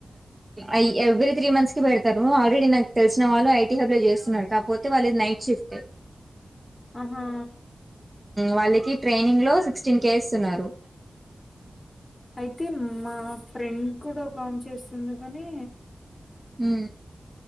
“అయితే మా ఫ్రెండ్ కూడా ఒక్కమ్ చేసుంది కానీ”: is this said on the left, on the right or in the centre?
Left